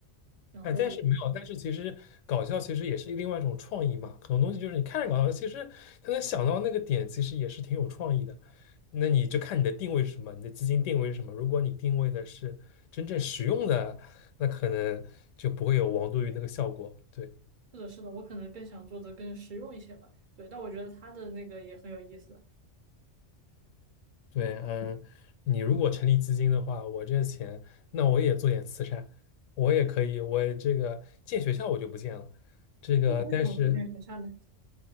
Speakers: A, on the right (about 45°); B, on the left (about 80°).
A: 然后。
B: 哎，但是没有，但是其实搞笑其实也是另外一种创意嘛。很多东西就是你看着搞笑，其实他能想到那个点，其实也是挺有创意的。那你就看你的定位是什么，你的基金定位是什么。如果你定位的是真正实用的，那可能就不会有王多鱼那个效果。对
A: 是的，是的，我可能更想做的更实用一些吧。对，但我觉得他的那个也很有意思。
B: 对，嗯，你如果成立基金的话，我这钱，那我也做点慈善，我也可以，我这个建学校我就不建了，这个但是。
A: 为什么不变学校呢？